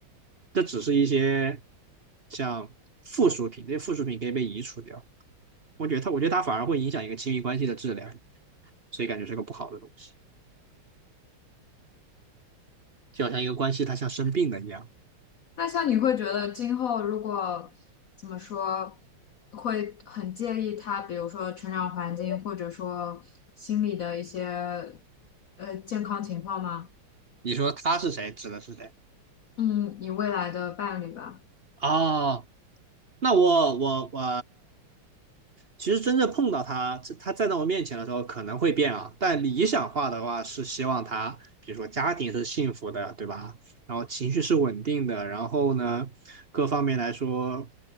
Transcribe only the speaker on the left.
那像你会觉得今后如果怎么说，会很介意他，比如说成长环境，或者说心理的一些呃健康情况吗？
嗯，你未来的伴侣吧。